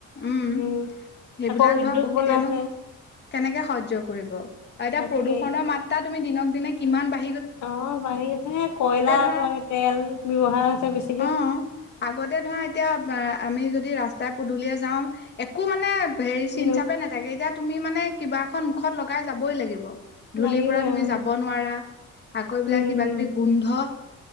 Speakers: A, on the left; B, on the left.
A: উম্।
B: উম
A: সেইবিলাক
B: আকৌ উদ্যোগ
A: ধৰ প্ৰকৃতিয়েনো
B: বনাইছে
A: কেনেকে সহ্য কৰিব আও এতিয়া
B: তাকে
A: প্ৰদূষণৰ মাত্ৰাত তুমি দিনক দিনে কিমান ব
B: অ বাঢ়ি গৈছে কয়লাৰ
A: ধৰা
B: তই তেল ব্যয়ৱহাৰ হৈছে বেছি।
A: অ আগতে ধৰা এতিয়া আমি যদি ৰাস্তাই পদূলিয়ে যাওঁ একো মানে হেৰি চিন
B: নো
A: চাপে নাথাকে এতিয়া তুমি মানে কিবা এখন মুখত লগাই যাবই লাগিব। ধূলিৰ
B: লাগিবই
A: পৰা তুমি
B: আৰু
A: যাব নোৱাৰা আকৌ এই বিলাক
B: উম
A: কিবা
B: উম
A: কিবি গোন্ধ।